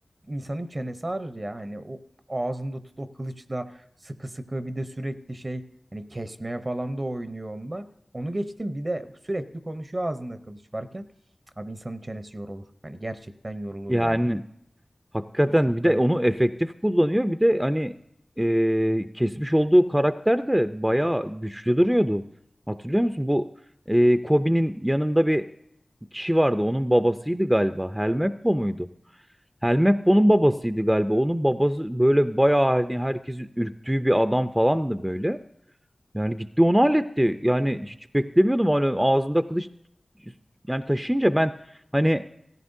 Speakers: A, on the right (about 55°); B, on the right (about 20°).
A: insanın çenesi ağrır ya hani o ağzında tut o kılıçla Sıkı sıkı bir de sürekli şey hani kesmeye falan da oynuyor onunla. Onu geçtim bir de sürekli konuşuyor ağzında kılıç varken. Abi insanın çenesi yorulur. Hani gerçekten yorulur
B: Yani
A: yani.
B: hakikaten
A: Çok
B: bir
A: garip.
B: de onu efektif kullanıyor. Bir de hani e, kesmiş olduğu karakter de bayağı güçlü duruyordu. Hatırlıyor musun? Bu e, Kobe'nin yanında bir kişi vardı. Onun babasıydı galiba. Helmeppo muydu? Helmeppo'nun babasıydı galiba. Onun babası böyle bayağı hani herkesin ürktüğü bir adam falandı böyle. Yani gitti onu halletti. Yani hiç beklemiyordum. Hani ağzında kılıç yani taşıyınca ben hani